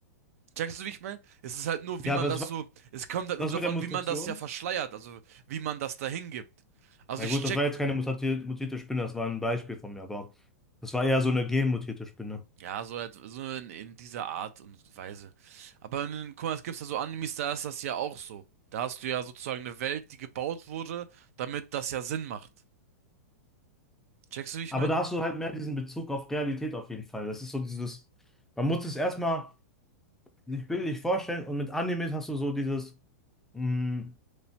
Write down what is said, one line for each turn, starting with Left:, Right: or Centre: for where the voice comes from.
Right: Checkst du, wie ich meine? Es ist halt nur, wie
Centre: ja,
Right: man
Centre: aber es
Right: das
Centre: war
Right: so, es kommt halt
Centre: das
Right: nur darauf
Centre: mit der
Right: an,
Centre: Mutation.
Right: wie man das ja verschleiert, also wie man das dahin gibt. Also
Centre: Ja
Right: ich
Centre: gut,
Right: check
Centre: das war jetzt keine mutati- mutierte Spinne, das war ein Beispiel von mir, aber das war eher so eine genmutierte Spinne.
Right: Ja, so, et- so in, in dieser Art und Weise. Aber in, guck mal, es gibt ja so Animes, da ist das ja auch so. Da hast du ja sozusagen eine Welt, die gebaut wurde, damit das ja Sinn macht. Checkst du, wie ich
Centre: Aber
Right: mein?
Centre: da hast du halt mehr diesen Bezug auf Realität auf jeden Fall. Das ist so dieses, man muss es erstmal sich bildlich vorstellen und mit Animes hast du so dieses, mm,